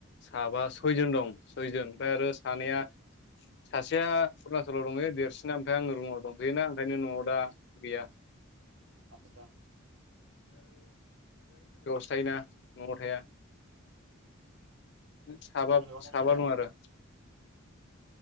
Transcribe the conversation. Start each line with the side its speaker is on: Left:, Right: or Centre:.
Left: साबा सयजोन दं सयजन ओमफ्राय आरो सानैया सासेया अरुणाचलाव दंङो देरसिना ओमफ्राय आंनि रुमाव दंफैयोना ओंखायनो न'आव दा गैया
Right: आचसा।
Left: जायोना न'आव थाया। साबा
Right: बेलेगाव थायो
Left: साबा दं आरो।